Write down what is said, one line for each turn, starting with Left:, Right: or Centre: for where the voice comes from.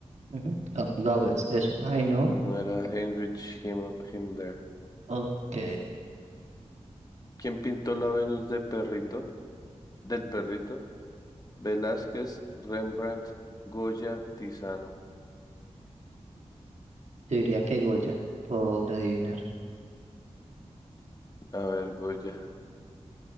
Right: Ujú, Go- Goebbels, eso. Ay, no.
Left: no era Heinrich Him Himmler.
Right: Ok.
Left: ¿Quién pintó la Venus de perrito? Del perrito. Velázquez, Rembrandt, Goya, Tiziano.
Right: Yo diría que Goya, por adivinar.
Left: A ver, Goya.